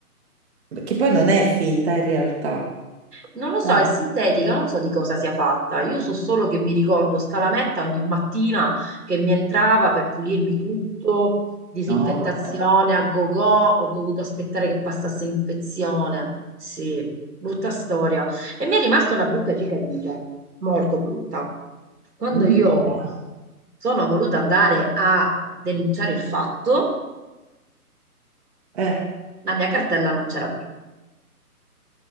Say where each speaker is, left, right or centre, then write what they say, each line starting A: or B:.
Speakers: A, on the right; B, on the right.
A: perché poi non è finta in realtà.
B: Non lo so,
A: Eh,
B: è sintetica, non so di cosa sia fatta. Io so solo che mi ricordo sta lametta ogni mattina che mi entrava per pulirmi tutto, disinfettazione
A: No, vabbè.
B: a go-go, ho dovuto aspettare che passasse l'infezione. Sì, brutta storia. E mi è rimasta una brutta cicatrice, molto brutta. Quando
A: Mm,
B: io
A: no.
B: sono voluta andare a denunciare il fatto,
A: Eh,
B: la mia cartella non c'era più.